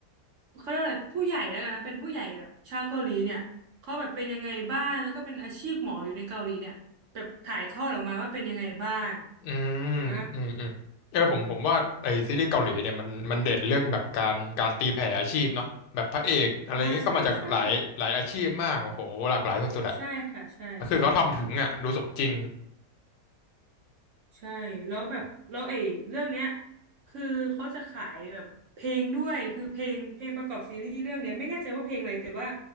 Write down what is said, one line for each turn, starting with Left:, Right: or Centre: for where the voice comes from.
Right: เขาเรียกว่าอะไรผู้ใหญ่แล้วกันนะเป็นผู้ใหญ่แบบชาวเกาหลีเนี่ยเขาแบบเป็นยังไงบ้างแล้วก็เป็นอาชีพหมออยู่ในเกาหลีเนี่ยแบบถ่ายทอดออกมาว่าเป็นยังไงบ้าง
Left: อืมอืมอืมเออผมผมว่าไอซีรีส์เกาหลีเนี่ยมันมันเด่นเรื่องแบบการการตีแผ่อาชีพเนาะแบบพระเอกอะไรเงี้ยก็มาจากหลายหลายอาชีพมากโอ้โหหลากหลายสุดๆอะ
Right: อ่าอ่าใช่ใช่ใช่ค่ะใช่
Left: คือเขาทำถึงอะดูสมจริง
Right: ใช่แล้วแบบแล้วไอ้เรื่องเนี้ยคือเขาจะขายแบบเพลงด้วยคือเพลงเพลงประกอบซีรีส์เรื่องเนี้ยไม่แน่ใจว่าเพลงอะไรแต่ว่า